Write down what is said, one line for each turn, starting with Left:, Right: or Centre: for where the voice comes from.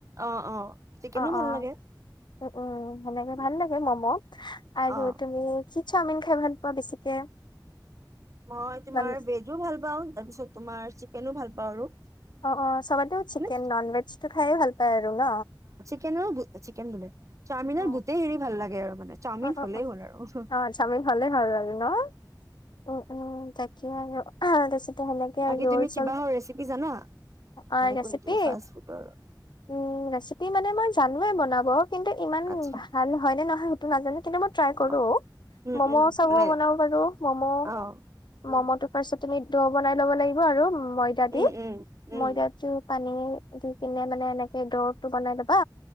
Right: অ অ চিকেনো
Left: অ',
Right: ভাল
Left: অ',
Right: লাগে
Left: উ, উ, সেনেকে
Right: উম,
Left: ভাল লাগে মম আৰু
Right: অ
Left: তুমি কি চাওমিন খাই ভাল পোৱা বেছিকে?
Right: মই তোমাৰ
Left: মান
Right: ভেজো ভাল পাওঁ তাৰ পিছত তোমাৰ চিকেনো ভাল পাওঁ আৰু
Left: অ', অ সবতে চিকেন
Right: মানে
Left: নন ভেজ টো খাই ভাল পায় আৰু ন?
Right: চিকেনো-চিকেন বোলে চাওমিনৰ
Left: উম,
Right: গোটেই হেৰি ভাল লাগে আৰু মানে চাওমিন
Left: অ', অ',
Right: হ'লেই
Left: অ',
Right: হ'ল আৰু
Left: অ', চাওমিন হ'লে ভাল লাগে ন? উম, উম, তাক <unintelligible> সেনেকে
Right: বাকী
Left: ৰল
Right: তুমি
Left: চল
Right: কিবা ৰেচিপি জানা
Left: অ',
Right: মানে
Left: ৰেচিপি
Right: কোনটো ফাষ্ট ফুডৰ
Left: উম, ৰেচিপি মানে মই জানোৱে বনাব কিন্তু ইমান
Right: আচ্ছা
Left: ভাল হয়, নে নহয় সেইটো নাজানো কিন্তু মই ট্ৰাই কৰো,
Right: অ উম
Left: মম'
Right: উম
Left: চম'
Right: মানে
Left: বনাব পাৰো মম'
Right: অ উম
Left: মম' তো <unintelligible> তুমি দ বনাই ল'ব লাগিব আৰু উম ময়দা দি,
Right: উম উম উম
Left: ময়দাটো পানী দি কিনে মানে এনেকে দৌৰটো বনাই লবা